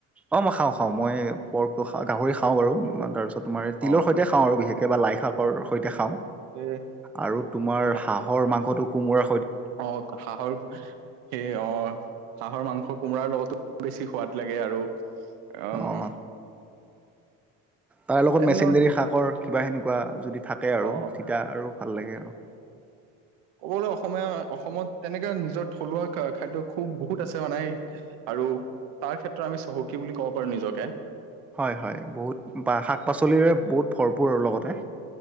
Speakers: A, in the centre; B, on the right.
A: অ', মই খাওঁ খাওঁ মই পৰ্কটো খা গাহৰি খাওঁ বাৰু তাৰ পিছত তোমাৰ তিলৰ
B: অ
A: সৈতে খাওঁ আৰু বিশেষ কেবা লাইশাকৰ সৈতে খাওঁ
B: এই
A: আৰু তোমাৰ
B: গা
A: হাঁহৰ মাংসটো কোমোৰা
B: অ', হাঁহৰ সেই অ', হাঁহৰ মাংস কোমোৰাৰ লগতো বেছি সোৱাদ লাগে আৰু উম,
A: অ', তাৰ লগত
B: তেনে
A: মেচিনডেৰী শাকৰ কিবা এনেকুৱা যদি থাকে আৰু
B: অ
A: তিতা আৰু। ভাল লাগে আৰু।
B: ক'ব গলে অসমীয়া অসমত তেনেকে নিজৰ থলুৱা খা খাদ্য খুব বহুত আছে মানে। আৰু তাৰ ক্ষেত্ৰত আমি চহকী বুলি ক'ব পাৰো নিজকে।
A: হয়, হয় বহুত বা শাক পাচলিৰে বহুত ভৰপূৰ আৰু লগতে।